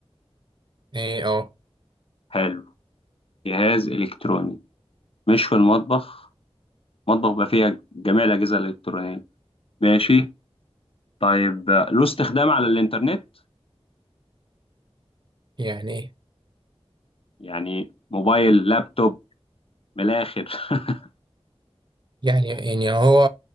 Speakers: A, on the right (about 45°); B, on the left (about 60°).
A: إيه أه
B: حلو جهاز إلكتروني مش في المطبخ مطبخ بيبقى فيها جميع الأجهزة الإلكترونية ماشي طيب آه، له استخدام على الإنترنت
A: يعني إيه
B: يعني موبايل لابتوب من الآخر <laughs>
A: يعني يعني هو